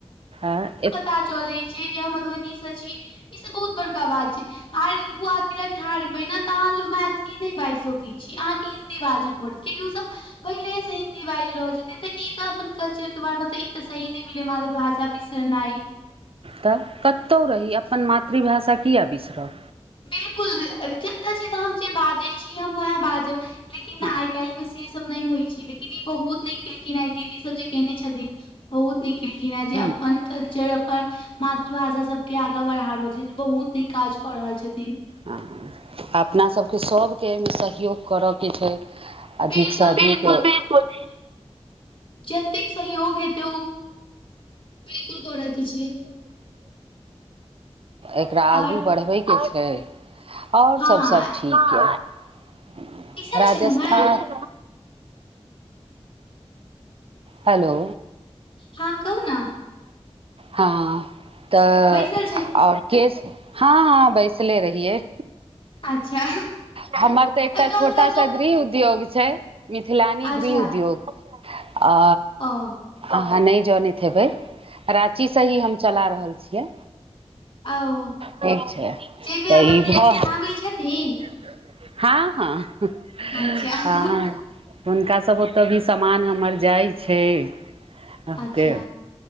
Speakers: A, on the right; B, on the left.
A: ऐँ एत
B: ता चलय छै जे हँ मधुबनी स छी ई सब बहुत बड़का बात छै आय दू आदमी लग ठाढ़ हेबै ने तऽ अहाँ मैथिली नहि बाजि सकय छी अहाँकेँ हिन्दी बाजऽ पड़त कियाकि उसभ पहिलेहे से हिन्दी बाजि रहल छथिन तऽ ई तऽ अपन कल्चरके बारेमे ई तऽ सही नहि भेलै मातृभाषा बिसरनाइ
A: तऽ कत्तौ रही अपन मातृभाषा किये बिसरब
B: बिल्कुल जतय छी तऽ हम जे बाजै छी हम उएह बाजब लेकिन
A: हँ
B: आय काल्हिमे से से सब नय होइ छै लेकिन ई बहुत नय केलखिन आय दीदी सब जे केने छथिन बहुत नीक केलखिन हेँ जे
A: ह
B: अप्पन कल्चर अपन मातृभाषा सबके आगाँ बढ़ा रहल छथिन बहुत नीक काज कऽ रहल छथिन।
A: हंँ अपना सभके सभके एहिमे सहयोग करय के छै अधिकसँ
B: बिल्कुल
A: अधिक
B: बिल्कुल जेत जेतेक सहयोग हेतै उ बिल्कुल करऽ के छै।
A: एकरा आगू
B: आओर
A: बढ़बैके छै। आओर
B: हँ
A: सब सब ठीक हय
B: बैसल
A: राजस्थान
B: छलहुँ हेँ
A: हेलो
B: हँ कहु नऽ
A: हँ तऽ
B: बैसल छलहुँ
A: आओर। केस हँ हँ बैसले रहिए
B: अच्छा
A: हमर तऽ एकटा
B: कम
A: छोटा
B: सँ कम
A: सा गृह उद्योग छै मिथिलानी
B: अच्छा
A: गृह उद्योग आ
B: ओ
A: अहाँ नहि जनै हेबै राची से ही हम चला रहल छियै
B: आउ
A: ठीक छै
B: जइमे
A: तऽ
B: अवन्ती
A: ई भऽ
B: दीदी शामिल छेथी
A: हँ हँ
B: अच्छा
A: हँ हुनका सब ओतऽ भी समान हमर जाइ छै अहाँके
B: अच्छा